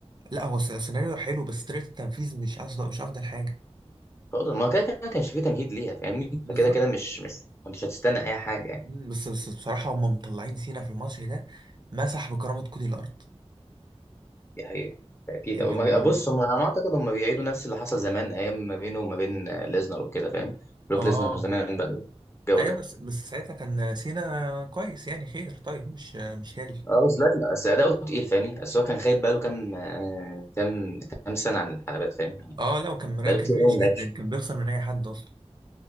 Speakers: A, on the right; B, on the left.
A: لا هو س- سيناريو حلو بس طريقة التنفيذ مش افضل مش افضل حاجة
B: خلاص ما هو كده كده ما كانش فيه تمهيد ليها فاهمني
A: بالظبط
B: فكده كده مش مش ما انتش هتستنى اي حاجه يعني
A: مم، بس بس بصراحة هم مطلعين سينا في الماتش ده مسح بكرامة كودي الأرض
B: دي حقيقه اكيد
A: يعني
B: أو ما-
A: هم
B: بص هم انا اعتقد هم بيعيدوا نفس اللي حصل زمان ايام ما بينه وما بين آه، ليزنر وكده فاهم بروك
A: اه
B: ليزنر زمان بقى الجو
A: ايوه
B: ده
A: بس بس ساعتها كان سينا كويس يعني خير طيب مش مش هل
B: اه بس دلوقتي بقى- بس اداؤه تقيل فاهمني بس هو كان غايب بقاله كام آه، كام كام سنه عن الحلبات فاهم يعني
A: اه لا وكان
B: بقاله
A: كان
B: كتير
A: وحش
B: قوي ما
A: جدا
B: لعبش
A: كان بيخسر من اي حد اصلا